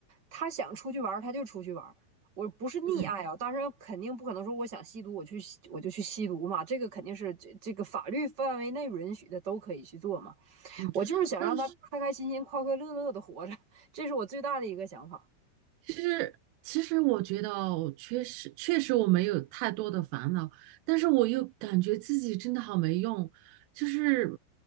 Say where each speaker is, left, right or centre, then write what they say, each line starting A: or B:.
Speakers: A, on the right (about 40°); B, on the right (about 80°).
A: 他想出去玩儿，他就出去玩儿。我不是溺爱啊，
B: 嗯
A: 当然肯定不可能说我想吸毒，我去吸我就去吸毒嘛，这个肯定是这这个法律范围内允许的都可以去做嘛。
B: 嗯。
A: 我就是想让他开开心心、
B: 那
A: 快快乐乐的活着，这是我最大的一个想法。
B: 其实，其实我觉得哦，确实，确实我没有太多的烦恼，但是我又感觉自己真的好没用，就是，